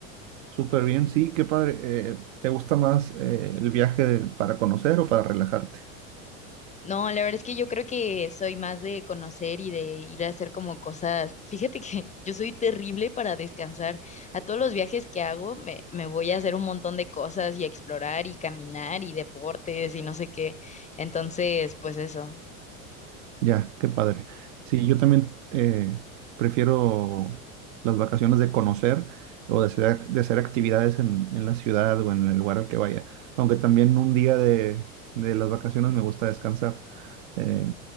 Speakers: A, on the right (about 65°); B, on the left (about 20°).
A: súper bien, sí, qué padre. Eh, ¿te gusta más eh, el viaje de- para conocer o para relajarte?
B: No, la verdad es que yo creo que soy más de conocer y de ir a hacer como cosas. Fíjate que <laughs> yo soy terrible para descansar. A todos los viajes que hago me, me voy a hacer un montón de cosas y a explorar y caminar y deportes y no sé qué. Entonces, pues eso.
A: Ya, qué padre. Sí, yo también eh, prefiero las vacaciones de conocer o de hacer, de hacer actividades en, en la ciudad o en el lugar al que vaya. Aunque también un día de, de las vacaciones me gusta descansar. Eh,